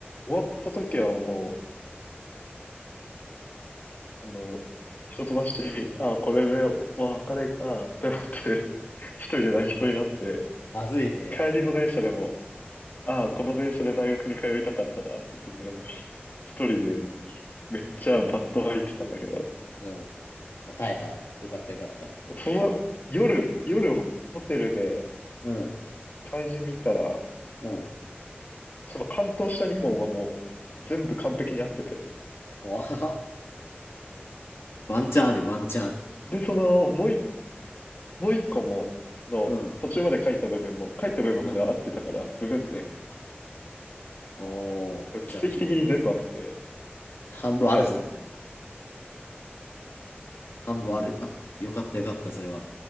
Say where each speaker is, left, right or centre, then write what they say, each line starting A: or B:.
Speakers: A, on the left; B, on the left.
A: 終わった時はもう、あの、一橋、あ、これでお別れかって思って、<laughs> 一人で泣きそうになって、
B: まずいね。
A: 帰りの電車でも、あ、この電車で大学に通いたかったなって言って、なんかもうひ一人でめっちゃバット入ってたんだけど、
B: うん。まあ、耐えた。よかったよかった。
A: その夜、夜ホテルで
B: うん。
A: 対人見たら、
B: うん。
A: その関東下にも馬もう全部完璧に合ってて、
B: わあワンチャンある、ワンチャン。
A: で、その、もうもう一個も、の、
B: うん。
A: 途中まで書いた部分も、書いた部分までは合ってたから、
B: うん
A: 部分点。
B: うんおお、じゃあ、
A: 奇跡的に全部合ってて、
B: 半分あるぞ、
A: 生えた。
B: みたいな。半分ある。
A: うん。
B: あ、よかった、よかった、それは。